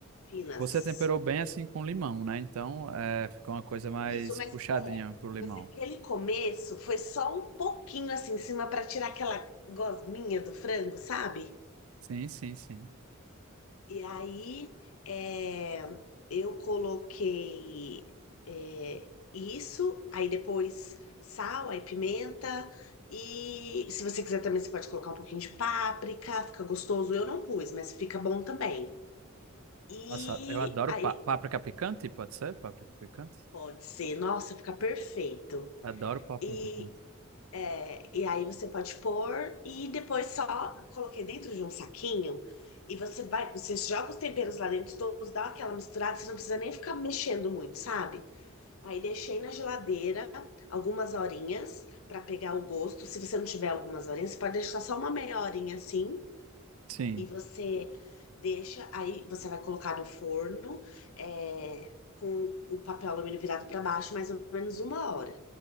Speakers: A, on the left; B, on the right.
A: finas.
B: você temperou bem assim com limão, né? Então, é, ficou uma coisa mais
A: Isso, mas
B: puxadinha
A: é,
B: pro limão.
A: mas aquele começo foi só um pouquinho assim em cima para tirar aquela gosminha do frango, sabe?
B: Sim, sim, sim.
A: E aí é, eu coloquei é, isso, aí depois sal, aí pimenta. E se você quiser também, você pode colocar um pouquinho de páprica, fica gostoso. Eu não pus, mas fica bom também. E
B: Nossa, eu adoro
A: aí
B: pá- páprica picante, pode ser? Páprica picante?
A: pode ser, nossa, fica perfeito.
B: Adoro páprica
A: E
B: picante.
A: É, e aí você pode pôr e depois só coloquei dentro de um saquinho e você vai, você joga os temperos lá dentro todos, dá aquela misturada, você não precisa nem ficar mexendo muito, sabe? Aí deixei na geladeira algumas horinhas para pegar o gosto. Se você não tiver algumas horinhas, você pode deixar só uma meia horinha assim.
B: Sim,
A: E você deixa, aí você vai colocar no forno, é, com o papel alumínio virado para baixo, mais ou menos uma hora.